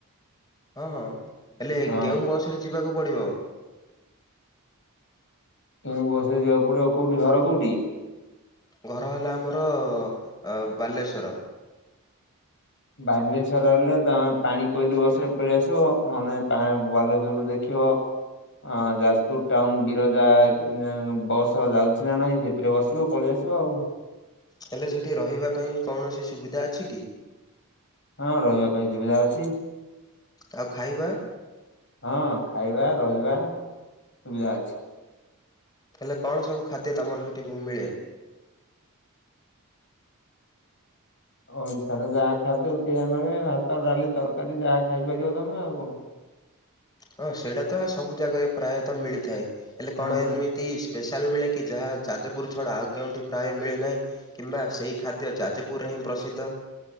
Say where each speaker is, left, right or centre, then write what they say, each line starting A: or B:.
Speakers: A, on the left; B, on the left.
A: ହଁ ହଁ ହେଲେ
B: ହଁ
A: କେଉଁ ବସ ରେ ଯିବାକୁ ପଡିବ।
B: କେଉଁ ବସରେ ଯିବାକୁ ପଡିବ, କୋଉଠି ଘର କୋଉଠି?
A: ଘର ହେଲା ଆମର-ଅ ଅ ବାଲେଶ୍ୱର।
B: ବାଲେଶ୍ଵର ହେଲେ ତମେ ପାଣି କୋଇଲି ବସରେ ପଳି ଆସିବ ନହେଲେ ପାଁ ବାଲେଶ୍ଵର ରୁ ଦେଖିବ ହଁ ଯାଜପୁର ଟାଉନ ବିରଜା-ଆ ଏଁ ବସ ଯାଉଛି ନା ନାହିଁ ସେଥିରେ ବସିବ ପଳିଆସି ତ ଆଉ।
A: ହେଲେ ସେଠି ରହିବା ପାଇଁ କୌଣସି ସୁବିଧା ଅଛି କି?
B: ହଁ ରହିବା ପାଇଁ ସୁବିଧା ଅଛି।
A: ଆଉ ଖାଇବା
B: ହଁ ଖାଇବା ରହିବା ସୁବିଧା ଅଛି।
A: ହେଲେ କଣ ସବୁ ଖାଦ୍ୟ ତମର ସେଠି ମିଳେ?
B: ଓଡିଶାର ଯାହା ଖାଦ୍ୟ ସିଆ ମିଳେ ଭାତ, ଡାଲି, ତର୍କାରୀ ଯାହା ଖାଇପାରିବ ତମେ ଆଉ କଣ।
A: ହଁ ସେଇଟା ତ ସବୁ ଜାଗାରେ ପ୍ରାୟତଃ ମିଳିଥାଏ ହେଲେ କଣ
B: ହଁ ହଁ
A: ଏମିତି ସ୍ପେଶାଲ ମିଳେ କି ଯାହା ଯାଜପୁର ଛଡା ଆଉ କେଉଁଠି ପ୍ରାୟ ମିଳେ ନାହିଁ? କିମ୍ବା ସେଇ ଖାଦ୍ୟ ଯାଜପୁରରେ ହିଁ ପ୍ରସିଦ୍ଧ।